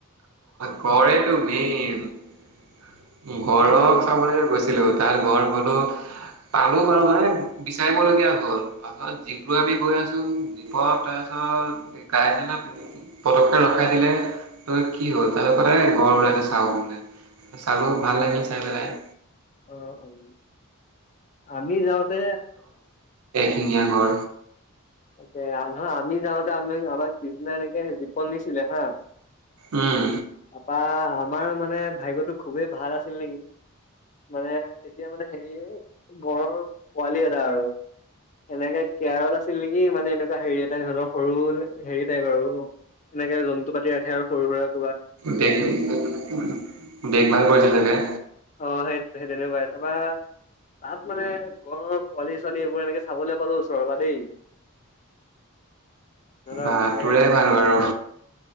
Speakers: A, on the right; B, on the left.
A: কৰে তোমেই মেন। ঘৰক
B: সেইটো
A: খাবলৈ গৈছিলো তাৰ ঘৰ বলো পালো বাৰু মানে বিচাৰিবলগীয়া হ'ল পাৰছত জীপ ল গৈ আছো জীপত তাৰপিছত গাইজক পদক্ষেপ ৰখাই থাকিলে ত কি হ'ল তাৰ কাই গড় ওলাইছে চা বলে চালো ভাল লাগিল, চাই পেলাই
B: অ', অহ। আমি যাওঁতে
A: টেঙীয়া ঘৰ
B: ত আমি যাওঁতে আমি আমাৰ কৃষ্দিনা এনেকে জীপন নিছিলে হা
A: উম
B: আপা আমাৰ মানে ভাগ্য টো খুবেই ভাল আছিল নেকি মানে তেতিয়া মানে হেৰি গড়ৰ পোৱালি এটা আৰু এনেকে কেৰল নেকি মানে এনেকুৱা হেৰি এটা সহতৰ সৰু হেৰি টাইপ আৰু এনেকে জন্তু পাতি ৰাখে আৰু সৰু-সুৰা
A: দেখ ভাল কৰিছে চে
B: অ সেই সেই তেনেকাই <unintelligible> তাত মানে ঘৰৰ পোৱালি ছোৱালী এইবোৰ এনেকে চাবলৈ পালো ওচৰৰ পৰা দেই ধৰক
A: বাঁটোৰে
B: এনেকে
A: ভাল আৰু